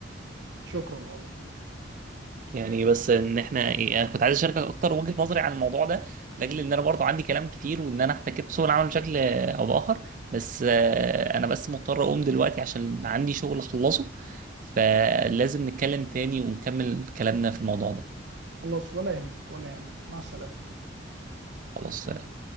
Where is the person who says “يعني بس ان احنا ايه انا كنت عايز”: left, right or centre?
Right